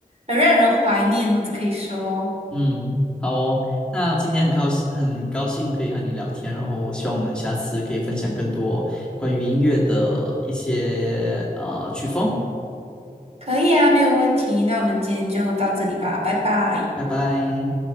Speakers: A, on the right (about 45°); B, in the centre.
A: 很让人怀念，我只可以说，
B: 嗯，好哦。那今天很高兴，很高兴可以和你聊天，然后我希望我们下次可以分享更多关于音乐的一些呃曲风。
A: 可以啊，没有问题。那我们今天就到这里吧，拜拜。
B: 拜拜。